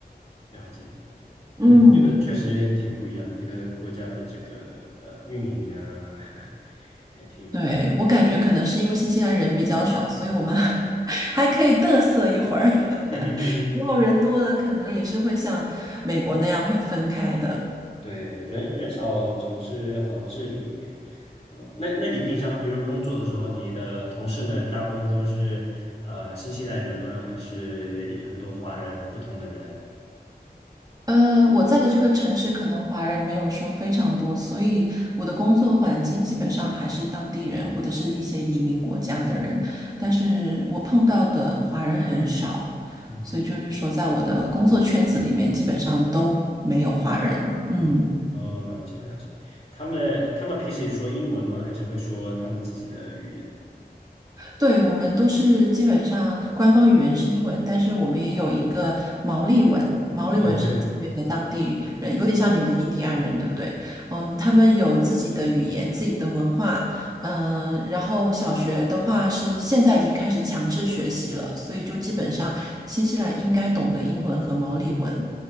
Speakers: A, on the left; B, on the right.
A: 了解，对嗯，
B: 嗯，
A: 这个确实挺不一样，这个国家的这个呃运营啊，<laughs> 也挺有意思。
B: 对，我感觉可能是因为新西兰人比较少，所以我们 <laughs> 还可以嘚瑟一会儿。
A: <laughs>
B: 如果人多了，可能也是会像美国那样会分开的。
A: 对，人人少总是好治理一点。呃，那那你平常比如工作的时候，你的同事们大部分都是呃新西兰人吗？还是也很多华人不同的人？
B: 呃，我在的这个城市可能华人没有说非常多，所以我的工作环境基本上还是当地人或者是一些移民国家的人，但是我碰到的华人很少，
A: 嗯，
B: 所以就是说在我的工作圈子里面基本上都没有华人。嗯。
A: 没有。哦，了解了解。他们他们平时也说英文吗？还是会说他们自己的语言？
B: 对，我们都是基本上官方语言是英文，但是我们也有一个毛利文，毛利文是这边的当地人，
A: 嗯，对。
B: 有点像你们的印第安人，对不对？嗯，他们有自己的语言、自己的文化，嗯，然后小学的话是现在已经开始强制学习了，所以就基本上新西兰应该懂得英文和毛利文。